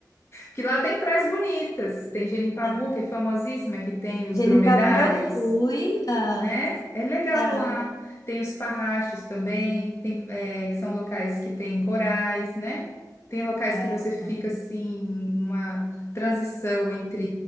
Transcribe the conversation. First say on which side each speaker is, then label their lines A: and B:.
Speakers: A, on the left (about 40°); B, on the left (about 60°).
A: Que lá tem praias bonitas. Tem Genipabu,
B: Ah.
A: que é famosíssima, que tem os
B: Genipabu
A: dromedários
B: eu fui. Ah,
A: né? É legal
B: ah,
A: lá. Tem os parrachos também, tem, é, que são locais que tem corais, né? Tem locais
B: ai,
A: que você
B: adoro.
A: fica assim, numa transição entre